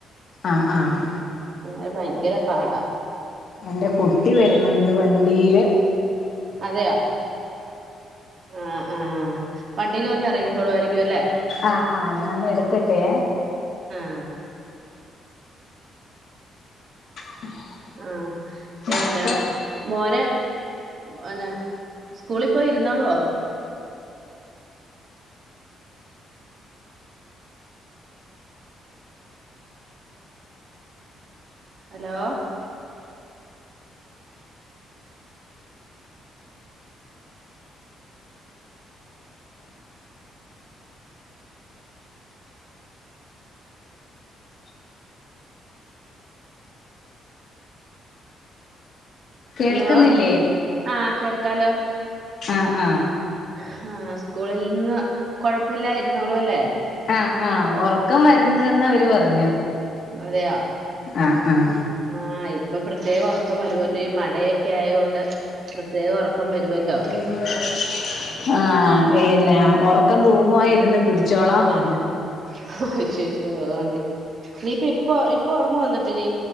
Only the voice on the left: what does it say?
ആഹ് ആഹ്
എന്റെ കുട്ടി വരുന്നുണ്ട് വണ്ടീയില്
ആഹ് ആഹ് ഞാൻ ഒന്ന് എടുക്കട്ടെ
<inaudible>
എന്നിട്ട്
കേൾക്കുന്നില്ലേ
ആഹ് ആഹ്
ആഹ് ആഹ് ഉറക്കം വരുന്നുന്ന് അവര് പറഞ്ഞു
ആഹ് ആഹ്
<unintelligible> ആഹ് പിന്നെ ഉറക്കം തൂങ്ങുവായിരുന്ന് പിടിച്ചോളാ പറഞ്ഞു